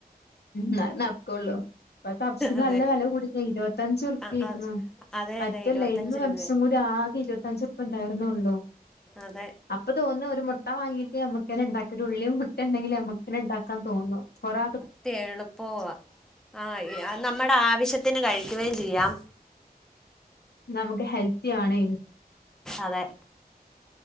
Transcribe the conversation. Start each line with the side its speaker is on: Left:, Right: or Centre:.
Left: ൻ അതെ നക്കൊള്ളു ഇപ്പം കപ്സ്ന്
Centre: അതെ
Left: നല്ല വെല കൂടീണ് ഇരുപതഞ്ച് ഉർപയ്ക്ണ്
Centre: ആ ആ അതെ
Left: മറ്റേലൈമും
Centre: അതെ ഇരുപത്തഞ്ച്
Left: പപ്സും
Centre: രൂപ
Left: കൂടി ആകെ ഇരുപതഞ്ച്ർപണ്ടാ ന്നെള്ളു
Centre: അതെ
Left: അപ്പ തോന്നു ഒരു മുട്ട വാങ്ങീട്ട് ഞമ്മക്കന്നെണ്ടാക്ക ഒരു ഉള്ളി മു ട്ട ഇങ്ങങ്കില് നമ്മക്കെന്നെ ണ്ടാകാന്ന് തോന്നും പോറാ
Centre: ത് എളുപ്പുവാ ആ നമ്മടെ ആവശ്യത്തിന് ക <unintelligible> ചെയ്യാം
Left: നമുക്ക് ഹെൽത്തി ആണ്
Centre: അതെ